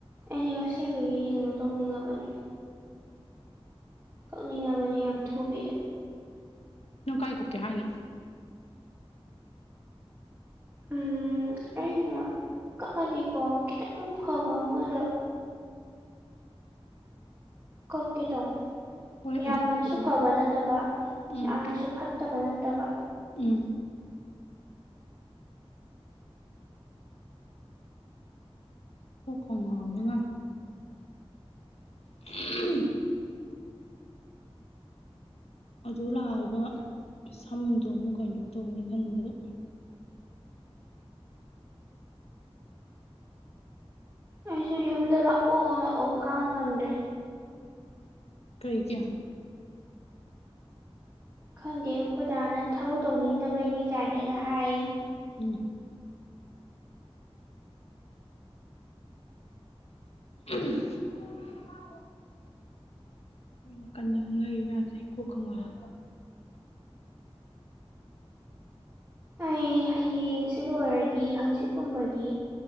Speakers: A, on the right; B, on the left.
A: ꯑꯩꯁꯦ ꯑꯁꯦꯡꯕꯒꯤꯗꯤ ꯀꯩꯅꯣ ꯇꯧꯅꯤꯡꯉꯕꯅꯤ ꯀꯛꯅꯤꯡꯉꯕꯅꯦ ꯌꯥꯝ ꯊꯨꯕꯤꯗ
B: ꯅꯪ ꯀꯥꯏ ꯀꯛꯀꯦ ꯍꯥꯏꯅꯣ
A: ꯎꯝ ꯑꯩꯅ ꯀꯛꯑꯗꯤꯀꯣ ꯈꯤꯇꯪ ꯐꯕ ꯑꯃꯗ ꯀꯥꯛꯀꯦ ꯇꯧꯅꯤ
B: ꯍꯣꯏ ꯑꯗꯨꯅꯕꯨꯗꯤ
A: ꯌꯥꯝꯅꯁꯨ ꯐꯕ ꯅꯠꯇꯕ
B: ꯎꯝ
A: ꯌꯥꯝꯅꯁꯨ ꯐꯠꯇꯕ ꯅꯠꯇꯕ
B: ꯎꯝ ꯀꯣꯛꯀ ꯉꯥꯎꯏꯗ ꯅꯪ <unintelligible> ꯑꯗꯨ ꯂꯥꯛꯑꯒ ꯁꯝꯗꯣ ꯑꯃꯨꯛ ꯀꯩꯅꯣ ꯇꯧꯅꯤ ꯈꯟꯕꯗ
A: ꯑꯩꯁꯨ ꯌꯨꯝꯗ ꯂꯥꯛꯑꯣ ꯂꯥꯛꯑꯣ ꯈꯥꯡ ꯉꯝꯗ꯭ꯔꯦ
B: ꯀꯩꯒꯤ
A: ꯈꯪꯗꯦ ꯑꯩꯈꯣꯏꯗꯥꯅ ꯊꯕꯛ ꯇꯧꯅꯤꯡꯗꯕꯩꯅꯤ ꯀꯌꯥꯅꯒ ꯍꯥꯏꯌꯦ
B: ꯎꯝ <unintelligible> ꯍꯣꯏ ꯅꯥ ꯀꯟꯗ ꯉꯥꯡꯅꯔꯤ ꯃꯌꯥꯝꯁꯦ ꯑꯩ ꯀꯣꯛꯀ ꯉꯧꯑꯦ
A: ꯑꯩ ꯍꯌꯦꯡꯁꯤ ꯂꯣꯏꯔꯗꯤ ꯍꯪꯆꯤꯠꯀꯨꯝꯕꯗꯤ